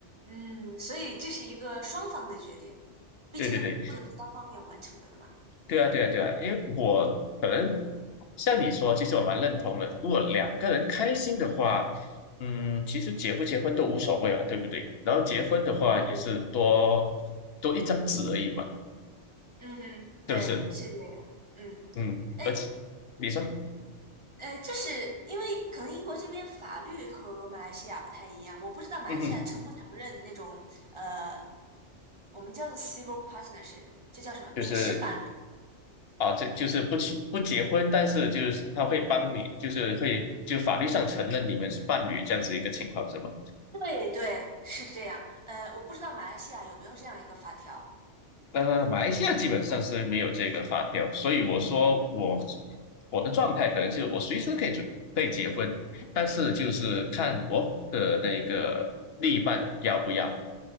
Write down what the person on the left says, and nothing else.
对对对。对啊，对啊，对啊，因为我可能像你说，其实我蛮认同的。如果两个人开心的话，嗯，其实结不结婚都无所谓嘛，对不对？然后结婚的话也是多
多一张纸而已嘛，
是不是？
嗯，
而且你说，
嗯哼，
就是啊，这就是不去不结婚，但是就是他会帮你，就是会就法律上承认你们是伴侣这样子一个情况，是吗？
呃，马来西亚基本上是没有这个法条，所以我说我我的状态可能就是我随时可以准可以结婚，但是就是看我的那个另一半要不要。